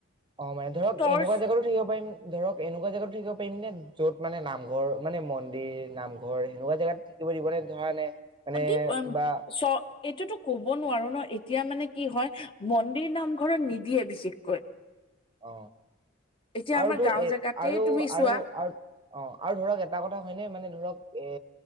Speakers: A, on the right (about 25°); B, on the left (about 25°).
A: অ মানে ধৰক
B: টৰ্চ
A: এনেকুৱা জাগগাতো থাকিব পাৰিম ধৰক এনেকুৱা এনেকুৱা জেগাতো থাকিব পাৰিম নে য'ত মানে নামঘৰ মানে মন্দিৰ নামঘৰ সেনেকুৱা জাগাত থাকিব দিবনে ধৰা নে মানে
B: দিব
A: কিবা
B: চ এইটোতো কব নোৱাৰো ন এতিয়া মানে কি হয় মন্দিৰ নামঘৰত নিদিয়ে বিশেষকৈ <unintelligible>
A: অ আৰুতো
B: আমাৰ গাঁও
A: এ
B: জেগাতে
A: আৰু,
B: তুমি চোৱা
A: আৰু, আৰু অ আৰু ধৰক এটা কথা হয়নে মানে ধৰক এ